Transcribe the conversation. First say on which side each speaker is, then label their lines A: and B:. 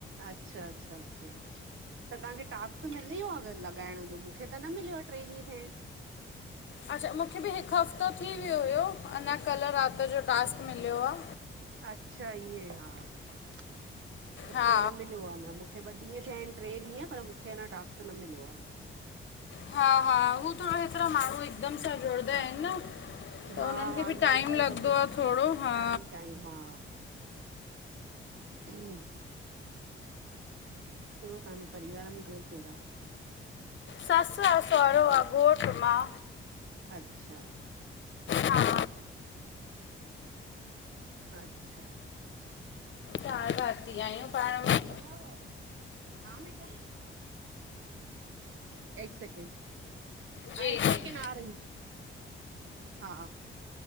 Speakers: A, on the right (about 65°); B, on the left (about 60°).
A: अच्छा-अच्छा- अच्छा -- त तव्हांखे टास्कस मिल वियो अगर लॻाइण जो मूंखे त न मिलियो आहे ट्रे ॾींहं थिया आहिन।
B: अच्छा! मूंखे बि हिक हफ़्तो थी वियो हुयो अञा कल्ह रात जो टास्क मिलियो आ।
A: अच्छा ईएंं हा मूंखे
B: हा
A: न मिलियो आ न। मूंखे ॿ ॾींहं थिया आहिन ट्रे ॾींहं पर मूंखे अञा टास्क्क न मिलियो आ।
B: हा- हा हू थोरा हेतिरा माणहू हिकदम सां जुड़ंदा आहिन न। त
A: हा
B: हुनन खे
A: हा
B: बि
A: इलाही
B: टाइम
A: इलाही
B: लॻंदो
A: पब्लिक
B: आ थोरो हा।
A: टाइम टाइम हा -- हम्म -- बीइयो त्हांजे परिवार में केरु पा --
B: सस आ सुहरो आ घोठ मां।
A: अच्छा --
B: हा
A: अच्छा --
B: चार भाती आहियूं पाण में।
A: कया हुआ आहे बेटा हा बेटा -- हिक सेकड
B: जी
A: हा हिक
B: जी
A: सेकेंड आ रह -- हा